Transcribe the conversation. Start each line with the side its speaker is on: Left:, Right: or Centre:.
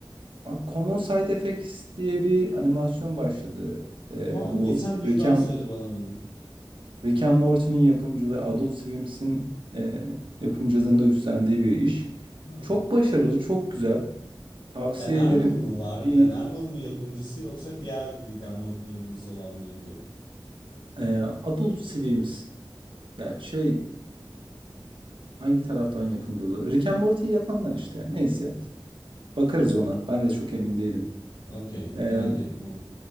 Right: abi Common Side Effects diye bir animasyon başladı. Ee,
Left: Ha
Right: bu
Left: geçen biri
Right: Rick
Left: daha
Right: and,
Left: söyledi bana bunu.
Right: Rick and Morty'nin yapımcılığı, Adult Swim'in e, yapımcılığını üstlendiği bir iş.
Left: Hı.
Right: Çok başarılı, çok güzel. Tavsiye
Left: Dan Harmon
Right: ederim.
Left: var?
Right: Bir
Left: Dan mı yapımcısı yoksa diğer Rick and Morty'nin yapımcısı olan mı yapıyor?
Right: e, Adult Swim, yani şey Hangi taraftan yapımcı olur? Rick and Morty'yi yapanlar işte. Neyse. Bakarız ona. Ben de çok emin değilim.
Left: Okey,
Right: Ee,
Left: merak ettim onu.